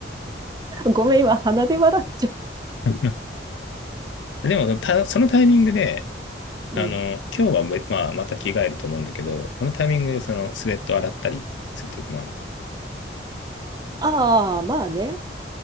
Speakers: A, on the right; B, on the left.
A: ごめん、今、鼻で笑っちゃ
B: <laughs> でもそのたそのタイミングで、あの、
A: う。うん。
B: 今日はもうまあ、また着替えると思うんだけど、そのタイミングでそのスウェット洗ったりするときもある。
A: ああ、まあね。